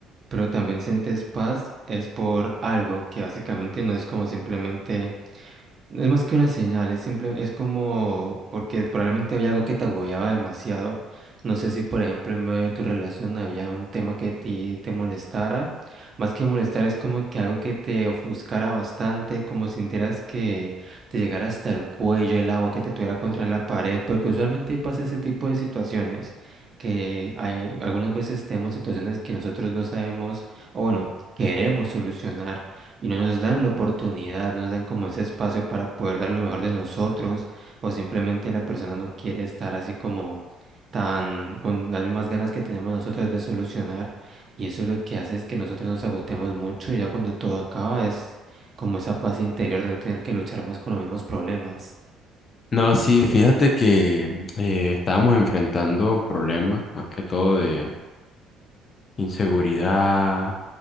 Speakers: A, on the right; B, on the left.
A: pero también sientes paz, es por algo que básicamente no es como simplemente... Es más que una señal, es simple, es como porque probablemente había algo que te agobiaba demasiado. No sé si, por ejemplo, en medio de tu relación había un tema que te, te molestara. Más que molestar, es como que algo que te ofuscara bastante, como si sintieras que te llegara hasta el cuello el agua, que te tuviera contra la pared, porque usualmente pasa ese tipo de situaciones, que hay, algunas veces tenemos situaciones que nosotros no sabemos, o bueno, queremos solucionar y no nos dan la oportunidad, no nos dan como ese espacio para poder dar lo mejor de nosotros, o simplemente la persona no quiere estar así como tan con las mismas ganas que tenemos nosotros de solucionar, y eso es lo que hace es que nosotros nos agotemos mucho y ya cuando todo acaba es como esa paz interior de no tener que luchar más con los mismos problemas.
B: No, sí, fíjate que eh, estábamos enfrentando problemas, más que todo de inseguridad